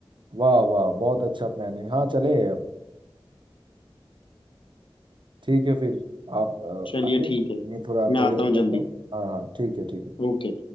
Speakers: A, on the right (about 60°); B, on the left (about 65°).
A: वाह वाह बहुत अच्छा प्लान है हाँ चले अब ठीक है फिर आप
B: चलिए
A: अ, आइए
B: ठीक है
A: मैं थोड़ा
B: मैं
A: तैयारी
B: आता हूँ जल्दी
A: करता हूँ हाँ हाँ ठीक है ठीक है
B: ओके